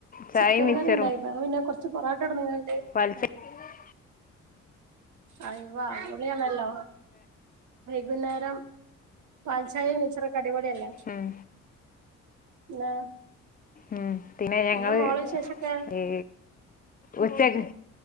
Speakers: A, on the left (about 30°); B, on the right (about 75°).
A: ചായയും
B: ചിക്കൻ
A: മിച്ചറും
B: കറി ണ്ടായിര്ന്ന് <unintelligible> കൊറ് <unintelligible>
A: <unintelligible>
B: അയ്‌വ പൊളിയാണല്ലോ വൈകുന്നേരം പാൽച്ചായയും മിച്ചറൊക്കെ അടിപൊളിയല്ലേ
A: ഉം
B: പിന്നെ
A: ഉം പിന്നെ ഞങ്ങള്
B: എന്താ മോളെ വിശേഷൊക്കെ
A: ഈ ഉച്ചക്ക്